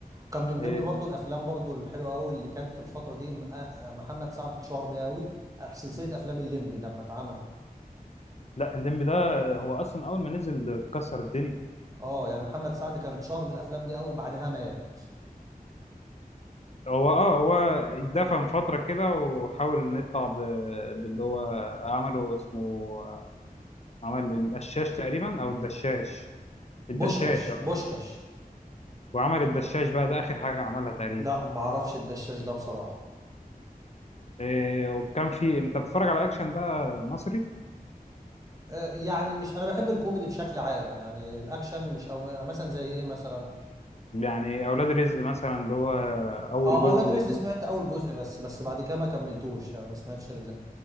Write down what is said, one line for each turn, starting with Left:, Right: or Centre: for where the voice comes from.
Right: كان من
Left: آه،
Right: ضمن برضو الافلام برضو الحلوه قوي اللي كانت الفتره دي م- آه، محمد سعد اتشهر بيها قوي في سلسله افلام الليمبي لما اتعملت
Left: لا الليمبي ده هو اصلا اول ما نزل كسر الدنيا
Right: اه يعني محمد سعد كان اتشهر بالافلام دي قوي وبعدها مات
Left: هو اه هو اتدفن فتره كده وحاول إنه يطلع ب- باللي هو عمله اسمه عمل القشاش تقريبا او الدشاش الدشاش
Right: بوشكاش
Left: اه
Right: بوشكاش
Left: وعمل الدشاش بقى ده اخر حاجه عملها تقريبا
Right: لا ما اعرفش الدشاش ده بصراحه
Left: إيه وكان في انت بتتفرج على اكشن بقى مصري
Right: آه، يعني مش انا بحب الكوميدي بشكل عام يعني الاكشن مش او مثلا زي ايه مثلا
Left: يعني اولاد رزق مثلا اللي هو اول
Right: اه
Left: جزء
Right: اولاد
Left: اللي
Right: رزق سمعت اول جزء بس بس بعد كده ما كملتوش يعني ما سمعتش الاجزاء